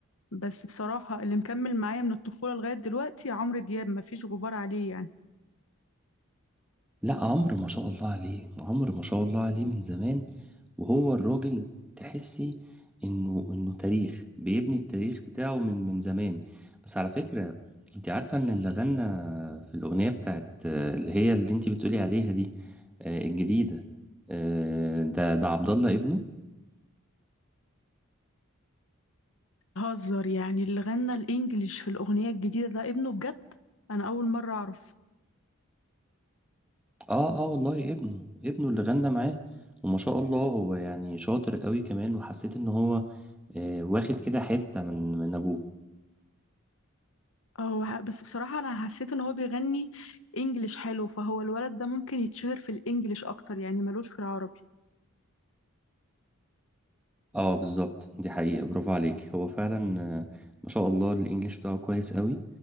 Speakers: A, on the left; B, in the centre.
A: بس بصراحة اللي مكمل معايا من الطفولة لغاية دلوقتي عمرو دياب مفيش غبار عليه يعني
B: لأ عمرو ما شاء الله عليه، عمرو ما شاء الله عليه من زمان، وهو الراجل تحسّي إنه إنه تاريخ، بيبني التاريخ بتاعه من من زمان، بس على فكرة أنتِ عارفة إن اللي غنّى في الأغنية بتاعة اللي هي اللي أنتِ بتقولي عليها دي آآ الجديدة آآ ده ده عبد الله ابنه؟
A: هزر يعني اللي غنى الإنجليش في الأغنية الجديدة ده ابنه بجد أنا أول مرة أعرف
B: آه، آه والله ابنه، ابنه اللي غنّى معاه، وما شاء الله هو يعني شاطر أوي كمان وحسّيت إن هو آآ واخد كده حتّة من من أبوه.
A: اه بس بصراحة أنا حسيت إن هو بيغني إنجليش حلو فهو الولد ده ممكن يتشهر في الإنجليش أكتر يعني ملوش في العربي
B: اه بالظبط دي حقيقة برافو عليك هو فعلا آه، ما شاء الله الانجليش بتاعه كويس قوي